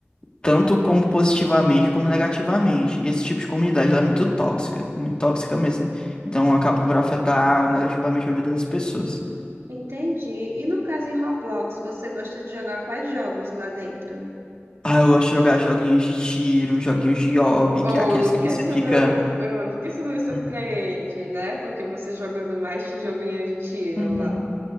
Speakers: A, on the left; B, on the right.
A: Tanto como positivamente como negativamente. E esse tipo de comunidade ela é muito tóxica, muito tóxica mesmo. Então acaba por afetar negativamente a vida das pessoas.
B: Entendi. E no caso em Roblox, você gosta de jogar quais jogos lá dentro?
A: Ah, eu gosto de jogar joguinhos de tiro, joguinhos de hobby,
B: Oh,
A: que é aqueles que
B: por que
A: você
B: você
A: fica.
B: não, ah, por que não me surpreende,
A: Uhum.
B: né? Porque você jogando mais esse joguinho de tiro
A: Uhum.
B: lá.